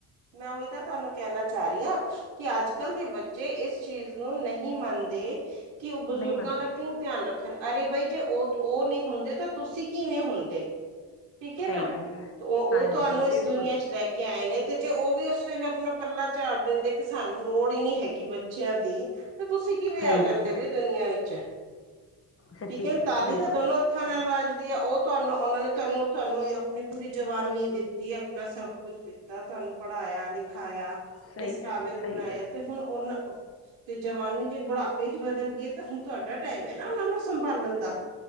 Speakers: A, on the right (about 70°); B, on the left (about 30°).
A: ਮੈਂ ਉਹੀ ਤਾਂ ਤੁਹਾਨੂੰ ਕਹਿਣਾ ਚਾਹ ਰਹੀ ਆ ਕਿ ਅੱਜ ਕਲ ਦੇ ਬੱਚੇ ਇਸ ਚੀਜ਼ ਨੂੰ ਨਹੀਂ ਮੰਨਦੇ ਕਿ ਉਹ ਬਜ਼ੁਰਗਾਂ
B: ਨਹੀਂ ਮੰਨਦੇ
A: ਦਾ ਕਿਉਂ ਧਿਆਨ ਰੱਖਣ ਅਰੇ ਬਈ ਜੇ ਉਹ ਉਹ ਨਹੀਂ ਹੁੰਦੇ ਤਾਂ ਤੁਸੀਂ ਕਿਵੇਂ ਹੁੰਦੇ। ਠੀਕ ਹੈ
B: ਸਹੀ
A: ਨਾ।
B: ਗੱਲ ਹੈ
A: ਉਹ
B: ਹਾਂਜੀ
A: ਉਹ ਤੁਹਾਨੂੰ ਇਸ
B: ਬਿਲਕੁਲ
A: ਦੁਨੀਆਂ 'ਚ ਲੈ ਕੇ ਆਏ ਨੇ ਤੇ ਜੇ ਉਹ ਵੀ ਉਸ ਵੇਲੇ ਆਪਣਾ ਪੱਲਾ ਝਾੜ ਦਿੰਦੇ ਕਿਸ ਸਾਨੂੰ ਲੋੜ ਹੀ ਨੀ ਹੈਗੀ ਬੱਚਿਆਂ ਦੀ ਤੇ ਤੁਸੀਂ ਕਿਵੇਂ
B: ਸਹੀ
A: ਆ ਜਾਂਦੇ
B: ਗੱਲ ਹੈ
A: ਵੀ ਦੁਨੀਆਂ ਵਿੱਚ।
B: ਸੱਚੀ
A: ਠੀਕ ਹੈ
B: ਗੱਲ
A: ਤਾਲੀ
B: ਬਿਲਕੁਲ
A: ਤਾਂ ਦੋਨੋ ਹੱਥਾਂ ਨਾਲ
B: ਹਾਂ
A: ਵੱਜਦੀ ਹੈ ਉਹ ਤੁਹਾਨੂੰ ਉਹਨਾਂ ਨੇ ਤੈਨੂੰ ਤੁਹਾਨੂੰ ਆਪਣੀ ਪੂਰੀ ਜਵਾਨੀ ਦਿੱਤੀ ਆਪਣਾ ਸਭ ਕੁਛ ਦਿੱਤਾ ਤੁਹਾਨੂੰ ਪੜ੍ਹਾਇਆ ਲਿਖਾਇਆ।
B: ਸਹੀ
A: ਇਸ ਕਾਬਿਲ
B: ਹੈ ਸਹੀ
A: ਬਣਾਇਆ
B: ਹੈ
A: ਤੇ ਹੁਣ ਉਹਨਾਂ ਤੇ ਜਵਾਨੀ ਜੇ ਬੁਢਾਪੇ 'ਚ ਬਦਲ ਗਈਏ ਤਾਂ ਹੁਣ ਤੁਹਾਡੇ ਤੁਹਾਡਾ ਟਾਈਮ ਹੈ ਨਾ ਉਹਨਾਂ ਨੂੰ ਸੰਭਾਲਣ ਦਾ।